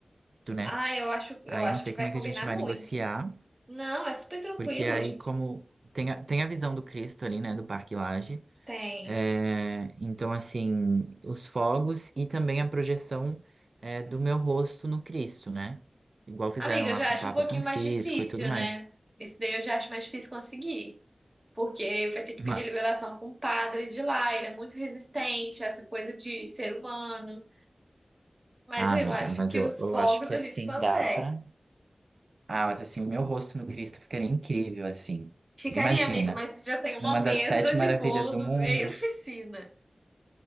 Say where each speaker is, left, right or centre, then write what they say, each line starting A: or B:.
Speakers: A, on the right (about 65°); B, on the right (about 25°).
A: né?
B: Ah, eu acho, eu
A: Aí
B: acho
A: não sei
B: que vai
A: como é
B: combinar
A: que a gente vai
B: muito.
A: negociar,
B: Não, é super tranquilo,
A: porque aí
B: gente.
A: como tem a, tem a visão do Cristo ali, né, do Parque Lage.
B: Tem.
A: É, então, assim, os fogos e também a projeção é, do meu rosto no Cristo, né? Igual fizeram
B: Amiga,
A: lá
B: eu já
A: com
B: acho
A: o Papa
B: um pouquinho
A: Francisco
B: mais difícil,
A: e tudo mais.
B: né? Isso daí eu já acho mais difícil conseguir. Porque vai ter que
A: Mas,
B: pedir liberação com o padre de lá. Ele é muito resistente a essa coisa de ser humano. Mas
A: ah,
B: eu
A: amiga,
B: acho
A: mas
B: que
A: eu,
B: os
A: eu
B: fogos
A: acho que
B: a
A: assim
B: gente consegue.
A: dá pra. Ah, mas assim, o meu rosto no Cristo ficaria incrível, assim.
B: Ficaria,
A: Imagina,
B: amigo, mas já tem uma
A: numa das
B: mesa
A: sete
B: de
A: maravilhas
B: bolo
A: do
B: no
A: mundo.
B: meio da piscina.